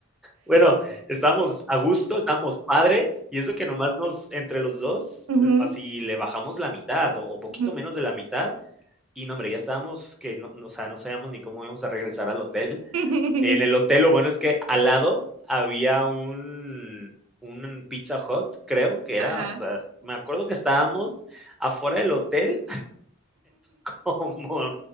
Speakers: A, in the centre; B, on the right.
A: bueno, estábamos a gusto, estábamos padre, y eso que nomás nos, entre los dos,
B: Ujú,
A: l- así le bajamos la mitad o, o poquito
B: ujú.
A: menos de la mitad, y no, hombre, ya estábamos que, no, no- o sea, no sabíamos ni cómo íbamos a regresar al hotel.
B: <laughs>
A: En el hotel, lo bueno es que al lado había un, un Pizza Hut, creo que era,
B: Ajá.
A: o sea, me acuerdo que estábamos afuera del hotel <laughs> Como